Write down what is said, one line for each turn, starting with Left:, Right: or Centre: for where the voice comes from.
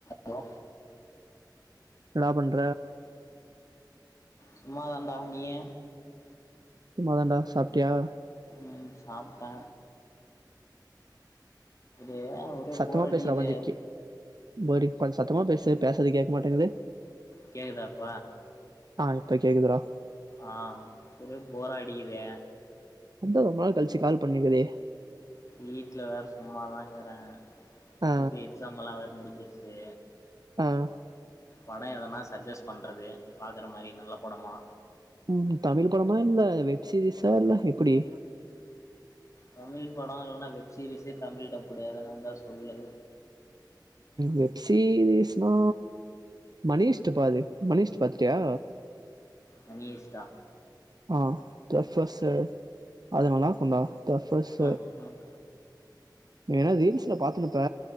Left: Hello
Right: என்னடா பண்ற
Left: சும்மாதான்டா நீயு
Right: சும்மாதான்டா சாப்ட்டியா
Left: ம் சாப்ட்ட ஏ ஒரே
Right: சத்தமா
Left: போர் அடிக்குது
Right: பேசுடா கொஞ்ச கே போடி கொஞ்ச சத்தமா பேசு பேசறது கேக்க மாட்டங்குது
Left: கேக்குதா இப்ப
Right: ஆ இப்ப கேக்குதுடா
Left: ஆஹ் ஒரே போர் அடிக்குதெ
Right: ஒம்ப ஒரு நாள் கழிச்சு கால் பண்ணிருக்கெ
Left: வீட்டுல வேற சும்மாதா இருக்றே
Right: ஆ
Left: இது எக்ஸாம்பல்ல முடிஞ்சிருச்சு
Right: ஆஹ்.
Left: படம் எதனா சஜஸ்ட் பண்றது பாக்குற மாதிரி நல்ல படமா
Right: உம் தமிழ் படமா இல்ல வெப் சீரிஸா இல்ல எப்டி
Left: தமிழ் படம் இல்லனா வெப் சீரிஸே தமிழ் டபுள் எதனா இருந்தா சொல்லு
Right: வெப்சீரிஸ்னா மணிஷ்டு பாரு மணிஷ்டு பாத்துட்டியா
Left: மணி ஈஸ்ட்டா
Right: ஆஹ் தபெஸ் ச அது நல்லா இருக்கு டா தபெஸ்ச
Left: ம் ம்
Right: நீ என்னா ரீஸ்ல பாத்துனுப்ப